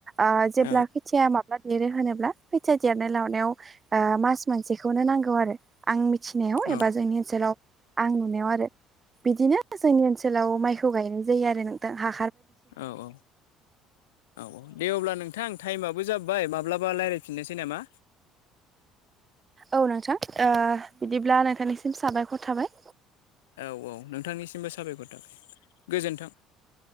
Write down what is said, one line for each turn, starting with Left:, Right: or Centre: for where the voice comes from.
Right: ओ जेब्ला
Left: औ
Right: खोथिया मा देरो होनोब्ला खोथिया देरनाय लावनायाव ओ मास मोनसेखौनो नांगौ आरो आं मि थिनायाव
Left: औ
Right: एबा जोंनि ओन सोलाव आं नुनायाव आरो बिदिनो जोंनि ओनसोलाव माइखौ गायनाय जायो आरो नोंथां हा
Left: औ औ औ औ दे अब्ला नोंथां टाइमा बो जाबाय माब्लाबा लायरायफिननोसै नामा
Right: औ नोंथां ओ बिदिब्ला नोंथांनिसिम साबायखर थाबाय
Left: औ औ नोंथांनिसिमबो साबायखर थाबाय गोजोन्थों